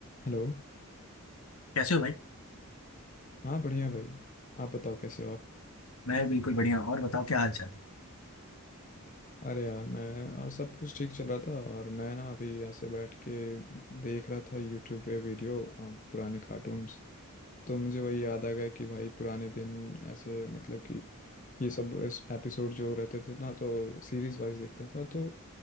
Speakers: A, on the left; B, on the left.
A: Hello
B: कैसे हो भाई
A: हाँ बढ़िया भाई आप बताओ कैसे हो आप
B: मैं बिल्कुल बढ़िया और बताओ क्या हाल चाल है?
A: अरे यार मैं आ, सब कुछ ठीक चल रहा था और मैं ना अभी ऐसे बैठ के देख रहा था यूट्यूब पे वीडियो आ, पुराने कार्टून्स तो मुझे वही याद आ गया कि भाई पुराने दिन ऐसे मतलब कि ये सब एपिसोड जो रहते थे ना तो सीरीज वाइज देखता था तो